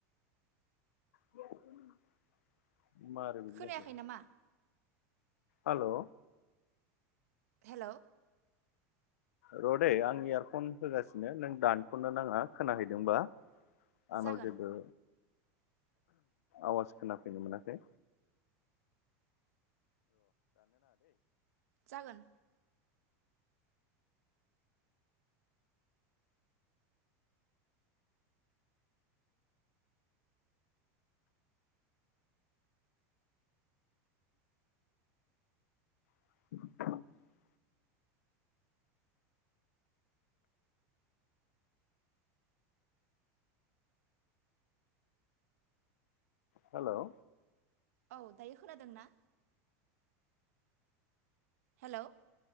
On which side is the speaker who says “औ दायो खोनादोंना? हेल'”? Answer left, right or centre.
Right